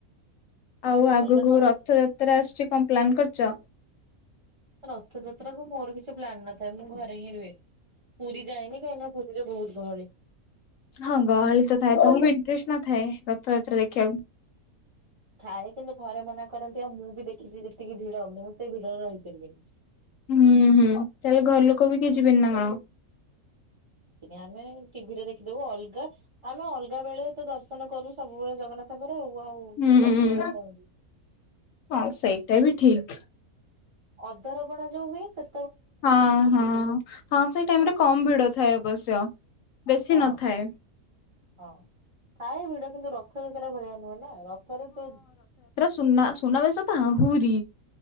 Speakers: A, on the left; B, on the right.
A: ଆଉ ଆଗକୁ
B: ଅଲଗା ସମୟ
A: ରଥଯାତ୍ରା ତ୍ରା ଆସୁଛି କଣ ପ୍ଲାନ୍ କରିଛ?
B: ରଥଯାତ୍ରା କୁ ମୋର କିଛି ପ୍ଲାନ ନଥାଏ। ମୁଁ ଘରେ ହିଁ ରୁହେ। ପୁରୀ ଯାଇନି କାହିଁକି ନା ରେ ବହୁତ ଗହଳି।
A: ହଁ ଗହଳି ତ ଥାଏ। ତମକୁ ଇଣ୍ଟରେଷ୍ଟ ନଥାଏ ରଥଯାତ୍ରା ଦେଖିବାକୁ?
B: ଥାଏ କିନ୍ତୁ ଘରେ ମନା କରନ୍ତି ଆଉ ମୁଁ ବି ଦେଖିଛି ଯେତିକି ଭିଡ ମୁଁ ସେ ଭିଡରେ ରହିପାରିବିନି।
A: ହୁଁ ହୁଁ। ତାହେଲେ ଘର ଲୋକ ବି କେହି ଯିବେନି ନା କଣ?
B: କି ଆମେ ଟିଭିରେ ଦେଖିଦବୁ। ଅଲଗା- ଆମେ ଅଲଗା ବେଳେ ତ ଦର୍ଶନ କରୁ। ସବୁବେଳେ ଜଗନ୍ନାଥଙ୍କର ଆଉ
A: ହୁଁ।
B: ରଥ ବେଳେ କାଇଁ ଯିବୁ।
A: ହଁ ସେଇଟା ବି ଠିକ।
B: ଅଧରପଣା ଯୋଉ ହୁଏ ସେ
A: ହଁ, ହଁ। ହଁ ସେଇ ଟାଇମ ରେ କମ ଭିଡ ଥାଏ ଅବଶ୍ୟ। ବେଶୀ
B: ହଁ
A: ନଥାଏ।
B: ହଁ ଥାଏ ଭିଡ କିନ୍ତୁ ରଥଯାତ୍ରା ଭଳିଆ ନୁହେଁ ନା ରଥରେ <inaudible>
A: ନା ସୁନା ବେଶ ତ ଆହୁରି